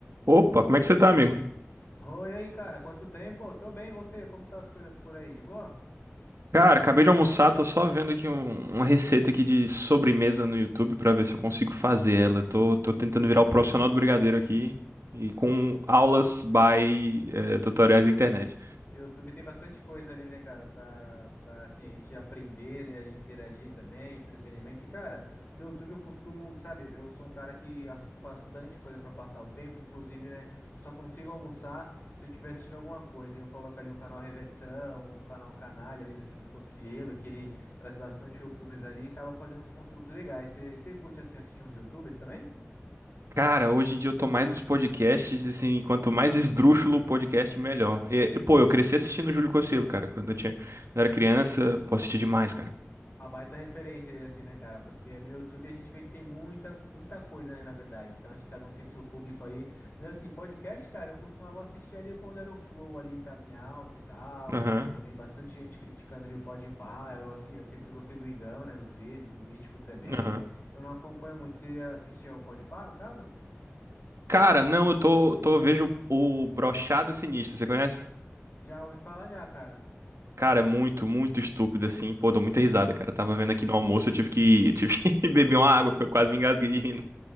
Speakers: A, on the right (about 70°); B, on the left (about 45°).
A: Opa, como é que você tá, amigo?
B: Oi, e aí, cara, quanto tempo? Tô bem, e você? Como tá as coisas por aí? De boa?
A: Cara, acabei de almoçar, tô só vendo aqui um- uma receita aqui de sobremesa no YouTube pra ver se eu consigo fazer ela. Tô, tô tentando virar o profissional do brigadeiro aqui e com aulas by eh, tutoriais da internet.
B: YouTube tem bastante coisa ali, né, cara, pra, pra assim, a gente aprender, né, ali, interagir também, entretenimento. E, cara, no YouTube eu costumo, sabe, eu sou um cara que assisto bastante coisa pra passar o tempo, inclusive, né, eu só consigo almoçar se eu estiver assistindo alguma coisa. Eu coloco ali um canal Reversão ou um canal Canalha ali do Júlio Cocielo, que ele traz bastante YouTubers ali e acaba fazendo uns conteúdos legais. Você curte, assim, assistir uns YouTubers também?
A: Cara, hoje em dia eu tô mais nos podcasts, e, assim, quanto mais esdrúxulo o podcast, melhor. E, e, pô, eu cresci assistindo o Júlio Cocielo, cara, quando eu tinha, quando era criança, pô, assistia demais, cara.
B: Uma baita referência ele assim, né, cara? Porque no YouTube a gente vê que tem muita, muita coisa, né, na verdade. Então acho que cada um tem seu público ali. Mas assim, podcast, cara, eu costumava assistir ali quando era o Flow ali, tava em alta e tal.
A: Aham,
B: Eu vi bastante gente criticando ali o Podpah. Eu assim, eu sempre gostei do Igão, né, nos vídeos, o Mítico também.
A: aham.
B: Eu não acompanho muito. Você assistia ao Podpah, no caso?
A: Cara, não, eu tô, tô, eu vejo o Brochada Sinistra, você conhece?
B: Já ouvi falar já, cara.
A: Cara, é muito, muito estúpido, assim. Pô, dou muita risada, cara. Eu tava vendo aqui no almoço, eu tive que, eu tive <laughs> que beber uma água, porque eu quase me engasguei rindo.